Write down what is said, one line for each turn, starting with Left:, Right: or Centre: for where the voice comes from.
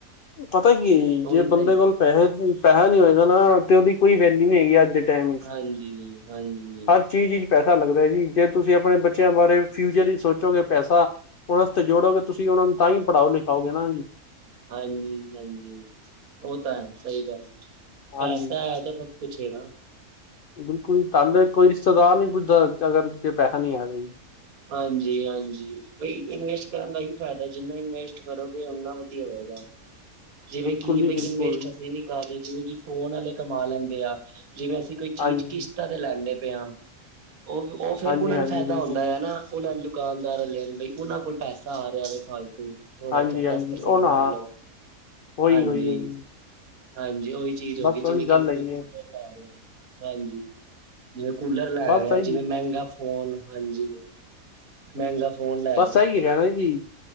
Left: ਪਤਾ ਕੀ ਹੈ ਜੀ
Right: ਉਹ
Left: ਜੇ
Right: ਵੀ ਸਹੀ
Left: ਬੰਦੇ ਕੋਲ
Right: ਗੱਲ
Left: ਪੈਸੇ ਪੈਸਾ ਨਹੀਂੀ ਹੋਏਗਾ ਨਾ, ਤੇ ਉਹਦੀ ਕੋਈ ਵੈਲਿਊ ਨੀ ਹੈਗੀ ਅੱਜ ਟਾਈਮ ਵਿੱਚ
Right: ਹਾਂਜੀ, ਹਾਂਜੀ।
Left: ਹਰ ਚੀਜ਼ ਵਿਚ ਪੈਸਾ ਲੱਗਦਾ ਜੀ, ਜੇ ਤੁਸੀਂ ਆਪਣੇ ਬੱਚਿਆਂ ਬਾਰੇ ਫਿਊਚਰ ਹੀ ਸੋਚੋਗੇ ਪੈਸਾ ਉਹਸਤੇ ਜੋੜੋਗੇ ਤੁਸੀਂ, ਉਹਨਾ ਨੂੰ ਤਾਂ ਹੀ ਪੜਾਓ ਲਿਖਾਓਗੇ ਨਾ ਜੀ।
Right: ਹਾਂਜੀ, ਹਾਂਜੀ ਉਹ ਤਾਂ ਹੈ ਸਹੀ ਗੱਲ,
Left: ਹਾਂਜੀ
Right: ਪੈਸਾ ਹੈ ਤਾਂ ਸਬ ਕੁਛ ਐ ਨਾ।
Left: ਬਿਲਕੁਲ, ਤਾਨ ਦੇਖੋ ਕੋਈ ਰਿਸ਼ਤੇਦਾਰ ਨੀ ਪੁੱਛਦਾ ਅਗਰ ਜੇ ਪੈਸਾ ਨੀ ਐ ਤੇ।
Right: ਹਾਂਜੀ ਹਾਂਜੀ, ਬਈ ਇਨਵੈਸਟ ਕਰਨ ਦਾ ਹੀ ਫਾਇਦਾ ਜਿੰਨਾ ਇਨਵੈਸਟ ਕਰੋਗੇ ਉਓਨਾ ਵਧੀਆ ਹੋਏਗਾ। ਜਿਵੇਂ
Left: ਬਿਲਕੁਲ
Right: ਕਿ
Left: ਜੀ
Right: ਬਈ
Left: ਬਿਲਕੁਲ
Right: ਇਨਵੇਸਟ ਅਸੀਂ ਨੀ ਕਰ ਰਹੇ, ਜਿਵੇਂ ਕਿ ਫੋਨ ਵਾਲੇ ਕਮਾ ਲੈਂਦੇ ਆ ਜਿਵੇਂ ਅਸੀਂ ਕੋਈ ਚੀਜ਼
Left: ਹਾਂਜੀ
Right: ਕਿਸ਼ਤਾਂ ਤੇ ਲੈਦੇ ਪਏ ਹਾ, ਉਹ ਉਹ ਫੇਿਰ
Left: ਹਾਂਜੀ
Right: ਉਹਨਾ
Left: ਹਾਂਜੀ
Right: ਨੂੰ ਫਾਇਦਾ
Left: ਬਿਲਕੁਲ
Right: ਹੁੰਦਾ। ਹੈ
Left: ਜੀ
Right: ਉਹਨਾਂ ਨੂੰ ਦੁਕਾਨਦਾਰ ਲੈਣ ਬਈ, ਉਹਨਾਂ ਕੋਲ ਪੈਸਾ ਆ ਰਿਹਾ ਵ ਫਾਲਤੂ ਥੋੜਾ
Left: ਹਾਂਜੀ
Right: ਜਿਹਾ,
Left: ਹਾਂਜੀ
Right: ਦਸ ਪ੍ਰਸੈਂਟ
Left: ਉਹ ਨਾ
Right: ਮੰਨ ਲੋੋ।
Left: ਉਹੀ
Right: ਹਾਂਜੀ,
Left: ਉਹੀ ਉਹੀ
Right: ਹਾਂਜੀ ਉਹੀ ਚੀਜ਼
Left: ਬਸ
Right: ਹੋ ਗਈ
Left: ਉਹੀ
Right: ਜਿਵੇਂ
Left: ਗੱਲ
Right: ਕਿਸੇ
Left: ਹੈਗੀ
Right: ਕੋ
Left: ਹੈ
Right: ਲੈ ਰ ਹਾਂਜੀ ਜਿਵੇਂ ਕੂਲਰ ਲੈ
Left: ਬਸ
Right: ਰ
Left: ਸਹੀ
Right: ਆ, ਜਿਵੇਂ ਮਹਿੰਗਾ ਫੋਨ, ਹਾਂਜੀ। ਮਹਿੰਗਾ ਫੋਨ ਲ
Left: ਬਸ ਇਹੀ ਹੈਗਾ ਨਾ ਜੀ,